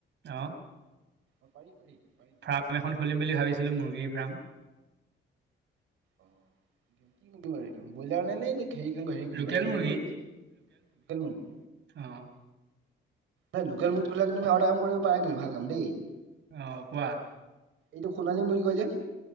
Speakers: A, on the right; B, on the right.
A: অ'।
B: অ', পাৰি পাৰি পাৰি।
A: ফাৰ্ম এখন খুলিম বুলি ভাবিছিলোঁ মুৰ্গীৰ ফাৰ্ম।
B: অ' <unintelligible> ব্ৰইলাৰ নে নে হেৰি <unintelligible> হেৰি খুলিবা
A: লোকেল
B: লোকেল
A: মুৰ্গী
B: মুৰ্গী?
A: অ
B: নাই লোকেল মুৰ্গী <unintelligible> তুমি আৰু এটা কাম কৰিব পাৰা কিন্তু ভাল কাম দেই
A: অ কোৱা
B: এইটো সুণালীম মুৰ্গী কয় যে